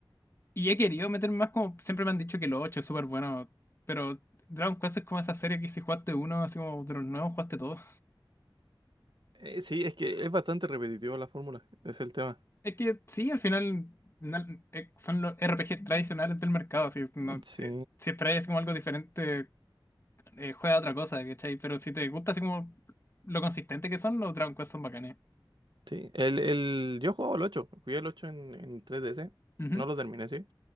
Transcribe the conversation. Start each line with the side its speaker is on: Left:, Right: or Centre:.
Left: Y he querido meterme más como siempre me han dicho que los 8 es súper bueno. Pero Dragon Quest es como esa serie que si jugaste uno, así como de los nuevos jugaste todos.
Right: Eh, sí, es que es bastante repetitivo la fórmula. Es el tema.
Left: Es que sí, al final na- eh, son los RPG tradicionales del mercado. si no,
Right: Mm, Sí,
Left: eh, si esperáis como algo diferente eh, juega a otra cosa, ¿cachai? Pero si te gusta así como lo consistente que son, los Dragon Quest son bacanes.
Right: sí. El, el, yo jugaba el ocho Jugué el ocho en, en tres D ds
Left: Ujú.
Right: No lo terminé, sí.